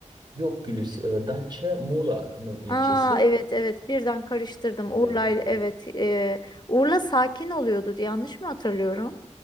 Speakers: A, on the right; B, on the left.
A: Yok Gülis, e, Datça Muğla'nın ilçesi.
B: Aa evet evet birden karıştırdım.
A: Evet,
B: Urla evet
A: evet.
B: e, Urla sakin oluyordu yanlış mı hatırlıyorum?